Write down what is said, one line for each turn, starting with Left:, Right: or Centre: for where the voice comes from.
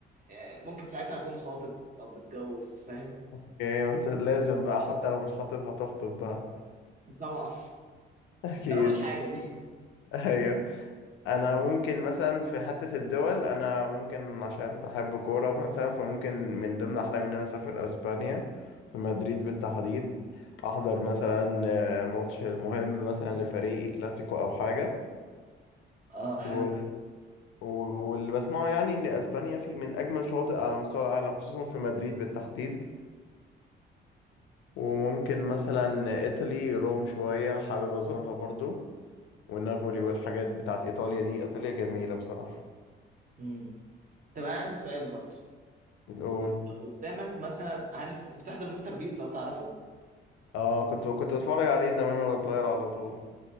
Right: آه ممكن ساعتها اكون خاطب او متجوز فاهم
Left: اوكي ما انت لازم بقى حتى لو مش خاطب هتخطب بقى
Right: طبعا
Left: <laughs> اكيد
Right: ده اول حاجه دي
Left: <laughs> ايوه انا ممكن مثلا في حتة الدول انا ممكن عشان بحب كورة مثلا فممكن من ضمن احلامي ان انا اسافر اسبانيا في مدريد بالتحديد احضر مثلا آه، ماتش مهم مثلا لفريقي كلاسيكو او حاجة
Right: اه حلو
Left: و... و... واللي بسمعه يعني ان اسبانيا في من اجمل شواطئ على مستوى العالم خصوصا في مدريد بالتحديد وممكن مثلا ايطالي روم شوية حابب ازورها برضو ونابولي والحاجات بتاعت ايطاليا دي ايطاليا جميلة بصراحة
Right: امم طب أنا عندي سؤال برضه
Left: قول
Right: لو قدامك مثلا عارف بتحضر مستر بيست لو تعرفه
Left: اه كنت كنت بتفرج عليه زمان وانا صغير على طول